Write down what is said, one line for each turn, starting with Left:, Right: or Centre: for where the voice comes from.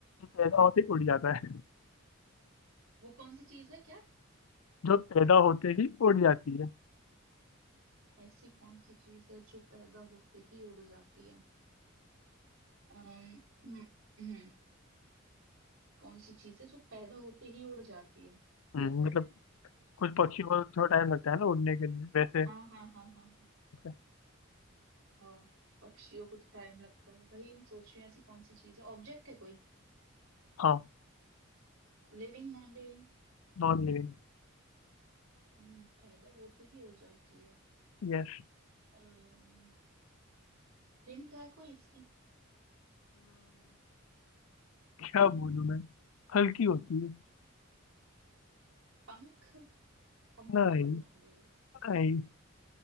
Left: पैदा होते ही उड़ जाता है
Right: वो कौन सी चीज है क्या
Left: जो पैदा होते ही उड़ जाती है
Right: ऐसी कौन सी चीज है जो पैदा होते ही उड़ जाती है अम्म, <clears throat> कौन सी चीज है जो पैदा होते ही उड़ जाती है
Left: हम्म,
Right: एक मिनट
Left: मतलब कुछ पक्षी को थोड़ा टाइम लगता है ना उड़ने के लिए वैसे
Right: हाँ हाँ हाँ हाँ हाँ
Left: वैसे।
Right: हाँ पक्षियों को तो टाइम लगता है वही मैं सोच रही हूँ ऐसी कौन सी चीज है ऑब्जेक्ट है कोई
Left: हाँ
Right: Living non living
Left: Non living
Right: हम्म पैदा होते ही उड़ जाती है
Left: यस
Right: अम्म हिंट है कोई इसकी
Left: क्या बोलूं मैं हल्की होती है
Right: पंख पंख
Left: नहीं
Right: थोड़ी ना उड़ेगा
Left: नहीं